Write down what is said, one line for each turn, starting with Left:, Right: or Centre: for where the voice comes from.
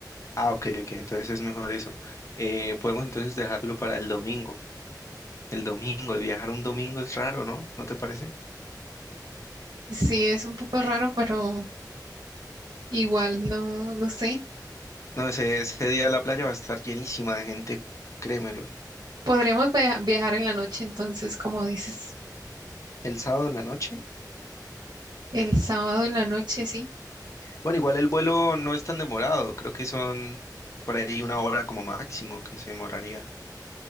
Left: Ah, ok, ok. Entonces es mejor eso. Eh, podemos entonces dejarlo para el domingo. El domingo, viajar un domingo es raro, ¿no? ¿No te parece?
Right: Sí, es un poco raro, pero igual no, no sé.
Left: No, ese, ese día la playa va a estar llenísima de gente, créemelo.
Right: Podríamos via- viajar en la noche, entonces, como dices,
Left: El sábado en la noche.
Right: el sábado en la noche, sí.
Left: Bueno, igual el vuelo no es tan demorado, creo que son por ahí una hora como máximo que se demoraría.